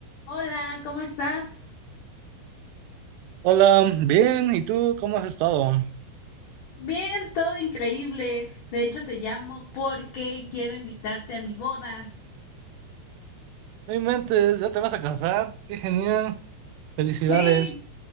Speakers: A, on the left (about 75°); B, on the right (about 85°).
A: Hola, ¿cómo estás?
B: Hola, bien, ¿y tú cómo has estado?
A: Bien, todo increíble. De hecho, te llamo porque quiero invitarte a mi boda.
B: No inventes, ya te vas a casar, qué genial, felicidades.
A: Sí,